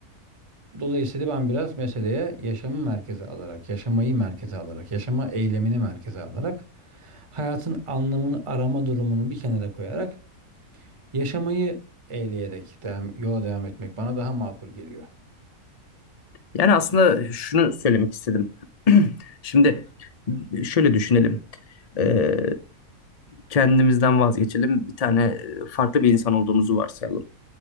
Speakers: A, on the right; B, on the left.
A: Dolayısıyla ben biraz meseleye yaşamı merkeze alarak, yaşamayı merkeze alarak, yaşama eylemini merkeze alarak, hayatın anlamını arama durumunu bir kenara koyarak, yaşamayı eyleyerek devam yola devam etmek bana daha makul geliyor.
B: Yani aslında şunu söylemek istedim. <clears throat> Şimdi şöyle düşünelim. Ee, kendimizden vazgeçelim. Bir tane e, farklı bir insan olduğumuzu varsayalım.